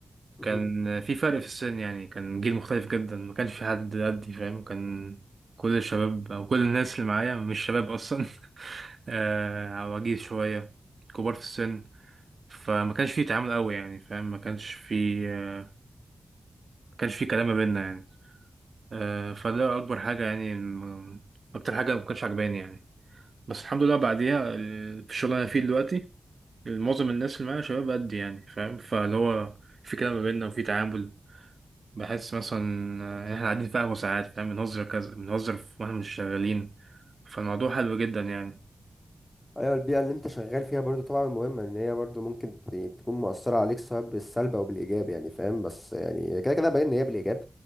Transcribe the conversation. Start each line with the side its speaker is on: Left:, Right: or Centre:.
Left: مهم.
Right: كان في فرق في السن يعني كان جيل مختلف جدا ما كانش في حد قدي فاهم كان كل الشباب او كل الناس اللي معايا مش شباب اصلا <laughs> آه، عواجيز شويه كبار في السن فما كانش في تعامل قوي يعني فاهم ما كانش في آه، ما كانش في كلام ما بيننا يعني آه، فده اكبر حاجه يعني الم- اكتر حاجه ما كانتش عجباني يعني بس الحمد لله بعديها ال- في الشغل اللي انا فيه دلوقتي معظم الناس اللي معايا شباب قدي يعني فاهم فاللي هو في كلام ما بيننا وفي تعامل بحس مثلا آه، احنا قاعدين في قهوة ساعات فاهم بنهزر كذا بنهزر في- واحنا مش شغالين فالموضوع حلو جدا يعني
Left: ايوه البيئة اللي انت شغال فيها برضو طبعا مهمة ان هي برضو ممكن ت- تكون مؤثرة عليك سواء بالسلب او بالايجاب يعني فاهم بس يعني كده كده باين ان هي بالايجاب